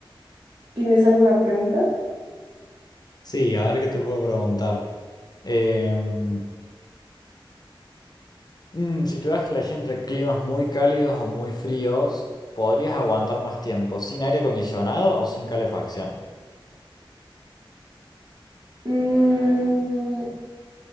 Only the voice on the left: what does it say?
Sí, a ver qué te puedo preguntar. Em, Mm, si tuvieras que elegir entre climas muy cálidos o muy fríos, ¿podrías aguantar más tiempo sin aire acondicionado o sin calefacción?